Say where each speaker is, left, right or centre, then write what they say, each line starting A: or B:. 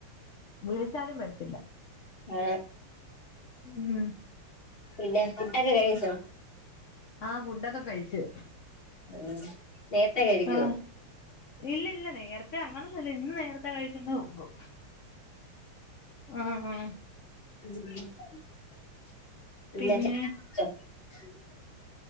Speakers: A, on the left (about 50°); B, on the left (about 25°).
A: വിളിച്ചാലും വരത്തില്ല
B: ആഹ്
A: ഉം
B: പിന്നെ ഫുഡ്ടൊക്കെ കഴിച്ചോ
A: ആ ഫുഡൊക്കെ കഴിച്ചു
B: ഉം നേരത്തെ കഴിക്കുവോ
A: ആ ഇല്ല ഇല്ല നേരത്തെ അങ്ങനൊന്നുമില്ല ഇന്ന് നേരത്തെ കഴിച്ചെന്നേ ഉള്ളൂ ആഹ് ആഹ്
B: <unintelligible>
A: പിന്നെ